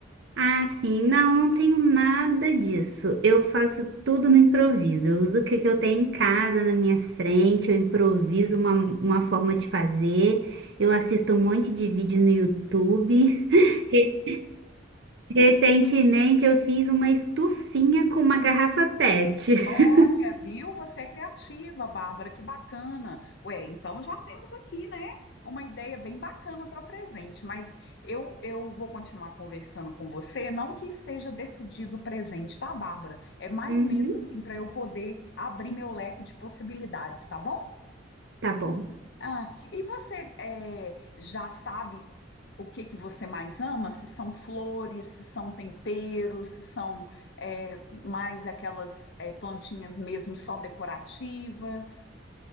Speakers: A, on the right (about 65°); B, on the left (about 60°).
A: Ah, sim, não, não tenho nada disso. Eu faço tudo no improviso. Eu uso o que que eu tenho em casa, na minha frente, eu improviso uma, uma forma de fazer. Eu assisto um monte de vídeo no YouTube. <laughs> Re- Recentemente eu fiz uma estufinha com uma garrafa PET.
B: Olha, viu? Você é criativa, Bárbara, que bacana. Ué, então já temos aqui, né, uma ideia bem bacana para presente, mas eu, eu vou continuar conversando com você, não que esteja decidido o presente, tá, Bárbara? É mais
A: Uhum,
B: mesmo assim para eu poder abrir meu leque de possibilidades, tá bom?
A: tá bom.
B: Ah, e você eh, já sabe o que que você mais ama? Se são flores, se são temperos, se são eh, mais aquelas eh, plantinhas mesmo só decorativas?